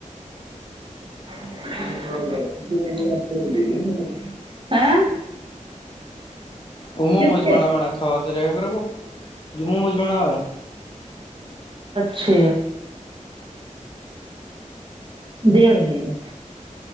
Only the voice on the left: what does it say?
ओहों मौमौज
बना बना खाबत त करब जुमू बुझबना होै